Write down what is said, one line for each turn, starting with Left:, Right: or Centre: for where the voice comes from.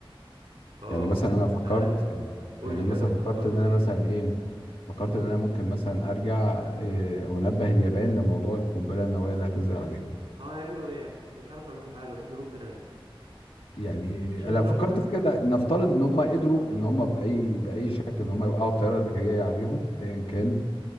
Right: أه
Left: يعني مثلا أنا فكرت
Right: مش عارف قول
Left: يعني
Right: لي
Left: أنا
Right: كده
Left: مثلا
Right: طب أنت
Left: فكرت
Right: فكرت
Left: إن
Right: في
Left: أنا
Right: إيه؟
Left: مثلا إيه فكرت إن أنا ممكن مثلا أرجع إيه وأنبه اليابان لموضوع القنبلة النووية اللي هتنزل عليهم
Right: هو هيعملوا إيه يعني؟ مش عارف يعملوا حاجة مفيش هروب منها دي
Left: يعني
Right: مش هيهربوا
Left: أنا فكرت
Right: منها
Left: في كده نفترض إن هم قدروا إن هم بأي بأي شكل إن هم يوقعوا الطيارة اللي كانت جاية عليهم أيا كان